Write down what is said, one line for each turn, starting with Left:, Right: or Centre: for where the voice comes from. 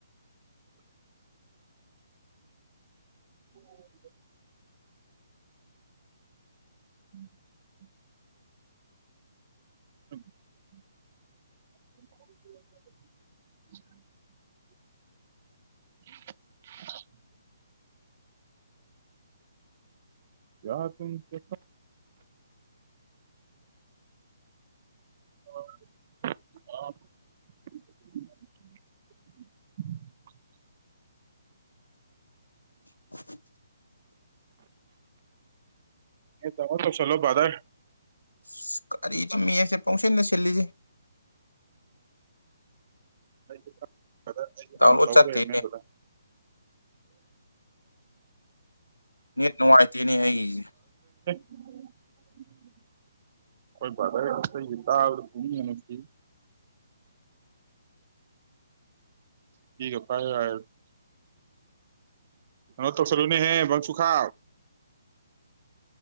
Right: ꯑꯣ <inaudible> ꯎꯝ <unintelligible> <inaudible> <inaudible> ꯀꯌꯥ ꯇꯨꯝ ꯀꯣ <unintelligible>
Left: <inaudible>
Right: ꯗꯥꯎꯂꯣꯠ ꯇꯧꯆꯜꯂꯣ ꯕꯔꯥꯗꯔ
Left: <unintelligible> ꯀꯔꯤꯝꯃꯤ ꯃꯦꯁꯁꯦ ꯄꯪꯁꯤꯟꯗ ꯁꯤꯜꯂꯦ ꯁꯤꯜꯂꯤꯖꯤ
Right: <unintelligible> ꯕꯔꯗꯔ ꯑꯩ
Left: ꯗꯥꯎꯟꯂꯣꯗ
Right: ꯍꯥꯟꯅ ꯇꯧꯔꯦꯃꯦꯕ
Left: ꯆꯠꯇꯦꯅꯦ ꯅꯦꯠ ꯅꯨꯡꯉꯥꯏꯇꯦꯅꯦ ꯑꯩꯒꯤꯁꯦ
Right: ꯑꯩꯣꯏ ꯐꯊꯔꯦ ꯑꯁ ꯌꯦꯔ ꯀ ꯃꯁꯤꯁꯤ ꯁꯤꯒ ꯍꯥꯏꯌꯦ ꯍꯥꯏꯌꯦ ꯀꯥꯏꯅꯣ ꯇꯧꯁꯜꯂꯨꯅꯦ ꯍꯦ <unintelligible> ꯁꯨꯨ ꯈꯥ